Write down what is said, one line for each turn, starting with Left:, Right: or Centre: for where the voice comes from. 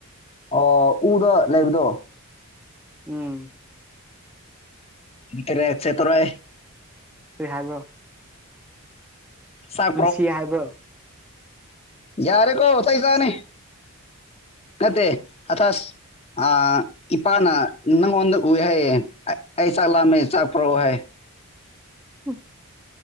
Left: ꯑꯣ ꯎꯗꯣ ꯂꯩꯕꯗꯣ
Centre: ꯎꯝ
Left: ꯏ ꯀꯔꯦ ꯆꯦ ꯇꯔꯥꯏ
Centre: ꯇ ꯍꯥꯏꯕ
Left: ꯆꯥꯛ
Centre: ꯅꯨꯡꯁꯤꯌꯦ ꯍꯥꯏꯕ꯭ꯔꯣ
Left: ꯌꯥꯔꯦ ꯀꯣ ꯇꯩ ꯆꯅꯤ ꯅꯠꯇ ꯑꯊ ꯑ ꯏꯄꯥꯅ ꯅꯪꯉꯣꯟꯗ ꯍꯥꯏꯌꯦ ꯑꯩ ꯆꯂꯃꯦ ꯆꯄ꯭ꯔꯣ ꯍꯥꯏ
Centre: ꯎꯝ